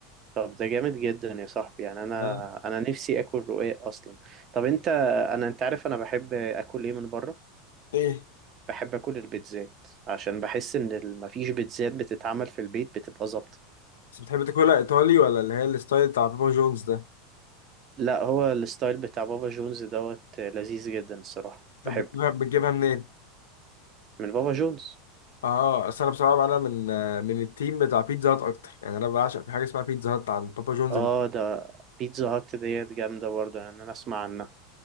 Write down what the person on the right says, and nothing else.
طب ده جامد جدا يا صاحبي يعني انا
انا نفسي اكل رقاق اصلا طب انت انا انت عارف انا بحب اكل ايه من بره
بحب اكل البيتزات عشان بحس ان ال- مفيش بيتزات بتتعمل في البيت بتبقى ظابطة
لا هو الستايل بتاع بابا جونز دوت لذيذ جدا الصراحة
بحبه
من بابا جونز
اه ده بيتزا هات ديت جامدة برضه يعني انا اسمع عنها